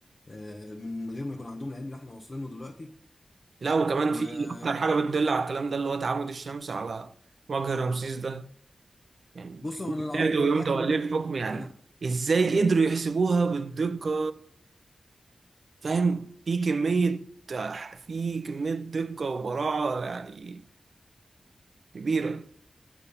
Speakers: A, on the left; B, on the right.
A: آه، من غير ما يكون عندهم العلم اللي احنا واصلينه دلوقتي
B: لا وكمان
A: وبص
B: في أكتر حاجة بتدل على الكلام ده اللي هو تعامد الشمس على وجه رمسيس ده يعني في
A: هو
B: يوم
A: انا اللي اعرفه
B: ميلاده
A: ان هو
B: ويوم
A: متاكد
B: توليه
A: منه ان
B: الحكم
A: هو
B: يعني
A: انا
B: إزاي قدروا يحسبوها بالدقة وفاهم في كمية في كمية دقة وبراعة يعني كبيرة